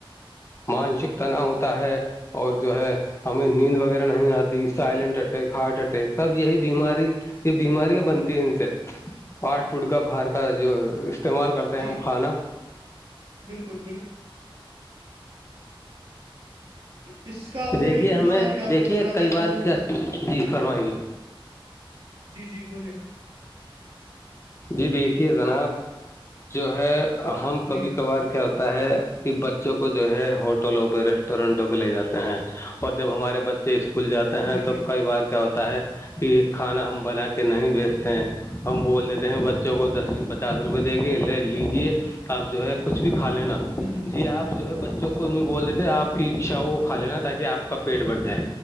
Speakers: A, on the left (about 30°); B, on the right (about 80°).
A: مانسک تناؤ ہوتا ہے اور جو ہے ہمیں نیند وغیرہ نہیں آتی سائلینٹ اٹیک ہارٹ اٹیک سب یہی بیماری یہ بیماریاں بنتی ہیں ان سے فاسٹ فوڈ کا باہر کا جو استعمال کرتے ہیں
B: جی
A: ہم کھانا
B: بالکل بالکل اس کا
A: تو دیکھیے
B: اور ایک
A: ہمیں
B: نقصان میں آپ
A: دیکھیے
B: کو بتاتا
A: کئی
B: چلوں
A: بار کیا جی فرمائیے
B: جی جی بولیے
A: جی دیکھیے جناب جو ہے ہم کبھی
B: جی
A: کبھار کیا ہو ہے کہ بچوں کو جو ہے ہوٹلوں پہ ریسٹورینٹوں پہ لے جاتے ہیں اور جب ہمارے بچے اسکول جاتے ہیں
B: جی جی
A: تو کئی بار کیا ہوتا ہے کہ کھانا ہم بنا کے نہیں بیچتے ہیں ہم بول دیتے ہیں بچوں کو دس بیس پچاس روپئے دے کے لے لیجیے آپ جو ہے کچھ بھی کھا لینا
B: ہوں ہوں
A: جی آپ جو ہے بچوں کو ان میں بول دیتے ہیں آپ کی اچھاؤں کو کھا لینا تاکہ آپ کا پیٹ بڑھ جائے